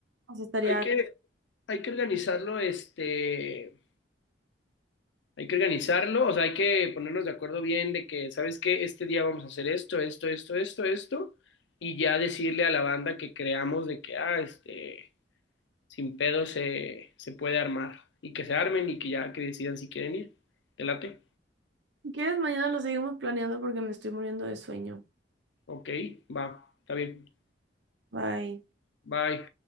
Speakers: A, on the right; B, on the left.
A: pues estaría...
B: hay que, hay que organizarlo, este, hay que organizarlo, o sea, hay que ponernos de acuerdo bien de que, ¿sabes qué? Este día vamos a hacer esto, esto, esto, esto, esto, y ya decirle a la banda que creamos de que, ah, este, sin pedo se, se puede armar, y que se armen y que ya que decidan si quieren ir, ¿te late?
A: Si quieres, mañana lo seguimos planeando porque me estoy muriendo de sueño.
B: Ok, va, está bien.
A: Bye.
B: Bye.